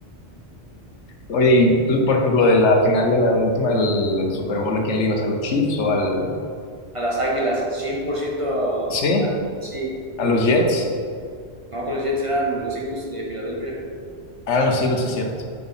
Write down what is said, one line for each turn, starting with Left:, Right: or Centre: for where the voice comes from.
Left: Oye, y tú, por ejemplo, de la final de la última del, del Super Bowl, ¿a quién le ibas? ¿A los Chiefs o al...
Right: A las Águilas, 100%,
Left: Sí,
Right: a- sí.
Left: a los Jets?
Right: No, con los Jets eran los Eagles de Filadelfia.
Left: Ah, a los Eagles, sí, es cierto.